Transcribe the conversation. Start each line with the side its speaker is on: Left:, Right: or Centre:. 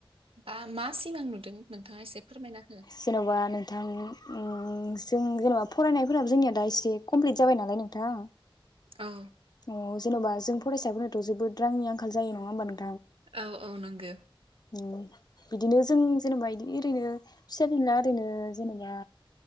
Right: आ मा सिमां नुदों नोंथाङा एसे फोरमायना हो?
Left: जेन'बा नोंथां उम जों जेनेबा फरायनायफोराबो जोंनिया दा एसे कमप्लिट जाबाय नालाय नोंथां।
Right: औ
Left: अ' जेन'बा जों फरायसाफोराथ' जोबोद रांनि आंखाल जायो नङा होमबा नों
Right: औ औ नोंगो
Left: उम बिदिनो जों जेनबा इदि ओरैनो फिसा फेनला ओरैनो जेनेबा